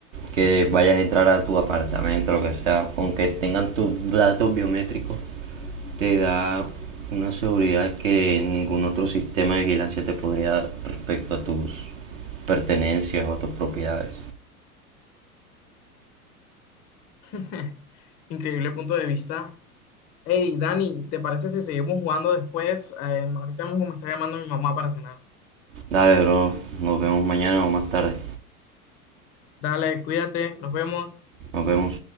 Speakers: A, on the right; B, on the left.
A: Que vayas a entrar a tu apartamento, lo que sea, aunque tengan tus datos biométricos, te da una seguridad que ningún otro sistema de vigilancia te podría dar respecto a tus pertenencias o tus propiedades.
B: <laughs> Increíble punto de vista. Hey, Dani, ¿te parece si seguimos jugando después? Eh, ahorita mismo me está llamando mi mamá para cenar.
A: Dale, bro, nos vemos mañana o más tarde.
B: Dale, cuídate, nos vemos.
A: Nos vemos.